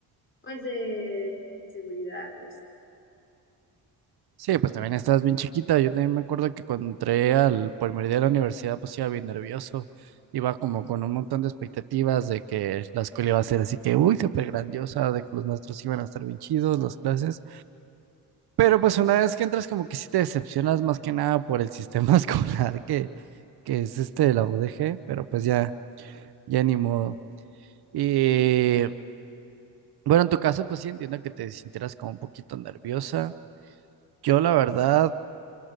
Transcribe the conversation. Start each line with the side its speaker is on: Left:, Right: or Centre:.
Left: pues de inseguridad y así.
Right: Sí, pues también estabas bien chiquita. Yo también me acuerdo que cuando entré al primer día de la universidad, pues iba bien nervioso. Iba como con un montón de expectativas de que la escuela iba a ser así que, uy, súper grandiosa, de que los maestros iban a estar bien chidos, las clases. Pero pues una vez que entras, como que sí te decepcionas más que nada por el sistema <laughs> escolar que, que es este de la UDG, pero pues ya, ya ni modo. Y. Bueno, en tu caso, pues sí entiendo que te sintieras como un poquito nerviosa. Yo, la verdad,